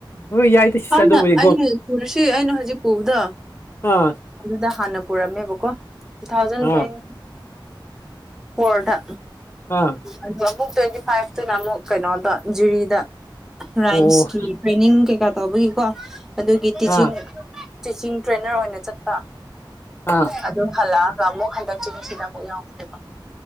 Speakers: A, on the left; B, in the centre.
A: ꯍꯣꯏ ꯌꯥꯏꯗ ꯁꯤꯁꯇꯔ
B: ꯍꯥꯟꯅ
A: ꯑꯗꯨꯕꯨꯗꯤ
B: ꯑꯩꯅ
A: ꯒꯣ
B: ꯄꯨꯔꯁꯤ ꯑꯩꯅ ꯍꯧꯖꯤꯛ ꯄꯨꯕꯗꯣ
A: ꯑꯥ
B: ꯑꯗꯨꯗ ꯍꯥꯟꯅ ꯄꯨꯔꯝꯃꯦꯕꯀꯣ ꯇꯨ ꯊꯥꯎꯖꯟ
A: ꯑꯥ
B: ꯇ꯭ꯋꯦꯟ ꯐꯣꯔꯗ
A: ꯑꯥ
B: ꯑꯗꯨ ꯑꯃꯨꯛ ꯇ꯭ꯋꯦꯟꯇꯤ ꯐꯥꯏꯚꯇꯨꯅ ꯑꯃꯨꯛ ꯀꯩꯅꯣꯗꯟ ꯖꯤꯔꯤꯗ ꯔꯥꯏꯝꯁꯀꯤ
A: ꯑꯣ
B: ꯇ꯭ꯔꯦꯅꯤꯡ ꯀꯩꯀꯥ ꯇꯧꯕꯒꯤꯀꯣ ꯑꯗꯨꯒꯤ ꯇꯤꯆꯤꯡ
A: ꯑꯥ
B: ꯇꯤꯆꯤꯡ ꯇ꯭ꯔꯦꯅꯔ ꯑꯣꯏꯅ ꯆꯠꯄ
A: ꯑꯥ
B: ꯑꯗꯨ ꯍꯜꯂꯛ ꯑꯒ ꯑꯃꯨꯛ ꯍꯟꯗꯛ ꯆꯍꯤꯁꯤꯗ ꯑꯃꯨꯛ ꯌꯥꯎꯕꯅꯦꯕ